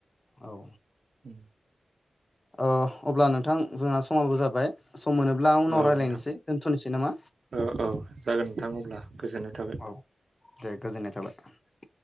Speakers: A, on the left; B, on the right.
A: औ
B: उम
A: ओ अब्ला नोंथां जोंहा समावबो जाबाय। सम मोनोब्ला उनाव
B: औ
A: रायज्लायनोसै
B: नोंथां
A: दोनथ'नोसै नामा
B: औ औ जागोन नोंथां अब्ला। गोजोननाय थाबाय
A: औ दे गोजोननाय थाबाय।